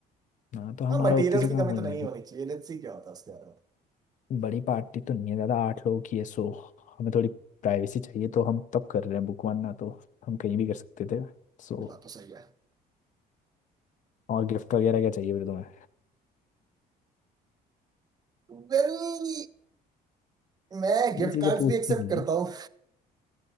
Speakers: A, on the left; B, on the right.
A: हाँ तो हमारा
B: हाँ मटेरियल्स
A: उतने से
B: की
A: काम
B: कमी
A: हो
B: तो
A: जाएगा।
B: नहीं होनी चाहिए लेट्स सी क्या होता है उसके बारे में
A: बड़ी पार्टी तो नहीं है ज़्यादा आठ लोगों की है सो हमें थोड़ी प्राइवेसी चाहिए तो हम तब कर रहे हैं बुक वन ना तो हम कहीं भी कर सकते थे सो
B: बात तो सही है
A: और गिफ्ट वगैरह क्या चाहिए फिर तुम्हें
B: वेल मैं गिफ्ट
A: ये चीज़ें
B: कार्ड्स
A: पूछती
B: भी एक्सेप्ट
A: नहीं
B: करता
A: है
B: हूँ